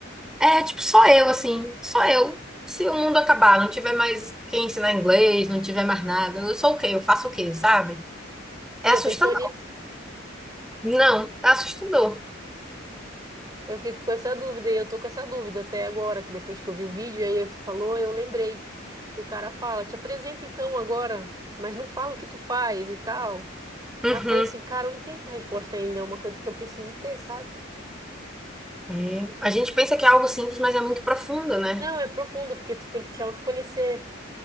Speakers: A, in the centre; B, on the right.
A: É, tipo, só eu, assim, só eu. Se o mundo acabar, não tiver mais quem ensinar inglês, não tiver mais nada, eu sou o quê? Eu faço o quê, sabe?
B: Tu
A: É
B: já
A: assustador.
B: pensou nisso?
A: Não, é assustador.
B: Eu fico com essa dúvida e eu tô com essa dúvida até agora, que depois que eu vi o vídeo aí tu falou, eu lembrei que o cara fala, te apresenta então agora, mas não fala o que tu faz e tal.
A: Uhum.
B: Aí eu falei assim, cara, eu não tem essa resposta ainda, é uma coisa que eu preciso ter, sabe?
A: É. A gente pensa que é algo simples, mas é muito profundo, né?
B: Não, é profunda, porque tu tem que te autoconhecer,